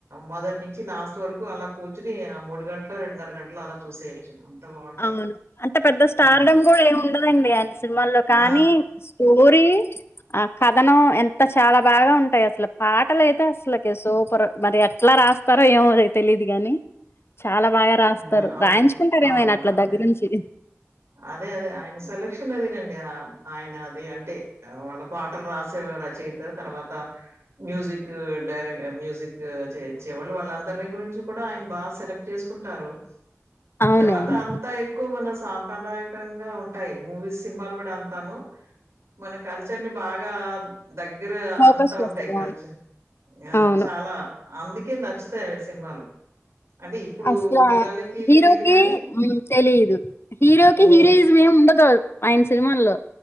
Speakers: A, on the right; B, on the left.
A: మొదటి నుంచి లాస్ట్ వరకు అలా కూర్చుని అ మూడు గంటలో రెండున్నర గంటలో అలా చూసేయొచ్చు బావుంటాయి.
B: అవును అంత పెద్ద స్టార్డం
A: హ్మ్.
B: కూడా ఏమి ఉండదండి అనే సినిమాల్లో కానీ
A: ఆ!
B: స్కు స్టోరీ ఆ కథనం ఎంత చాలా బాగా ఉంటాయి అసలు పాటలైతే అసలకె సో పారు మరి ఎట్లా రాస్తారో ఏమోలే తెలిదు గాని చాలా బాగా రాస్తారు
A: ఆ అవును.
B: రాయించుకుంటారు
A: అవునవును.
B: ఏమైనా అట్లా
A: అదే.
B: దగ్గరుంచి
A: అదే అదే ఆయన సెలక్షన్ అదేనండి ఆ ఆయనది అంటే వాళ్ళ పాటలు రాసేవా రచేయిత తర్వాత మ్యూజిక్ డైర మ్యూజిక్ చేచ్చేవాళ్ళు వాళ్ళందరినీ గురించి కూడా ఆయన బాగ సెలెక్ట్ చేసుకుంటారు
B: అవునవును
A: తర్వాత అంత ఎక్కువ మనం సామ్ సాప్రదాయకరంగా ఉంటాయి మూవీస్ సినిమాలు కూడా అంతాను మన కల్చర్ని బాగా దగ్గర
B: ఫోకస్
A: అంతా
B: చేస్తడు
A: ఉంటాయి కల్చి
B: అవును
A: ఆ
B: అవును
A: చాలా అందుకే నచ్చుతాయి ఆయన సినిమాలు అంటే ఇప్పుడు
B: అస్లా
A: పిల్లలకి
B: హీరోకి
A: తెలీదు గానీ
B: మ్ తెలీదు హీరోకి
A: హ్మ్.
B: హీరోయిజం ఏమి ఉండదు ఆయన సినిమాల్లో